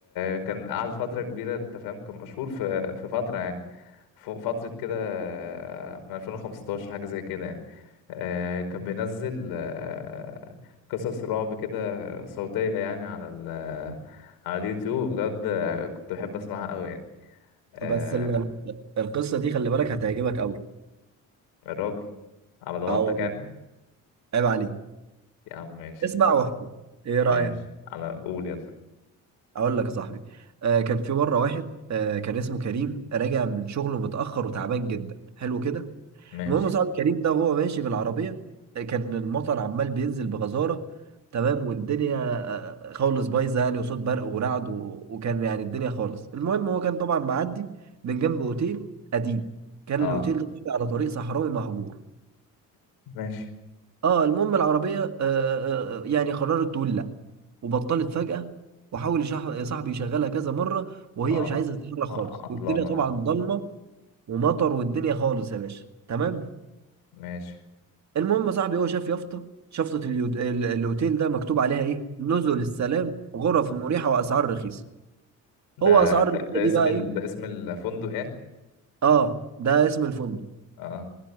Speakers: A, on the left; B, on the right.
A: كان قعد فترة كبيرة انت فاهم كان مشهور في في فترة يعني ف- فترة كده من 2015 حاجة زي كده يعني آه، كان بينزل آه، قصص رعب كده صوتية يعني على ال على اليوتيوب بجد آه، كنت بحب اسمعها قوي يعني آه،
B: بس ال- القصة دي خلي بالك هتعجبك قوي
A: الراجل على ضمانتك
B: اه والله
A: يعني
B: عيب عليك
A: يا عم ماشي
B: اسمع
A: طيب
B: واحكم ايه رأيك
A: ماشي على قول يلا
B: اقول لك يا صاحبي آه كان في مره واحد آه كان اسمه كريم راجع من شغله متاخر وتعبان جدا حلو كده
A: ماشي
B: المهم يا صاحبي كريم ده وهو ماشي بالعربيه آه، كان المطر عمال بينزل بغزاره تمام والدنيا آه، آه، خالص بايظه يعني وصوت برق ورعد و... وكان يعني الدنيا خالص المهم هو كان طبعا معدي من جنب اوتيل قديم كان
A: اه
B: الاوتيل ده على طريق صحراوي مهجور
A: ماشي
B: اه المهم العربية آه آه آه، يعني قررت تقول لا وبطلت فجأة وحاول يشح- صاحبي يشغلها كذا مرة وهي
A: اه
B: مش عايزة تتحرك خالص
A: اه عطلانة
B: والدنيا طبعا ضلمة ومطر والدنيا خالص يا باشا تمام
A: ماشي
B: المهم صاحبي هو شاف يافطة شفطة اليوت- ال- الاوتيل ده مكتوب عليها ايه نزل السلام غرف مريحة واسعار رخيصة هو
A: ده
B: اسعار رخيصة
A: ده, ده
B: دي
A: اسم
B: بقى
A: ال...
B: ايه
A: ده اسم الفندق يعني
B: اه ده اسم الفندق
A: اه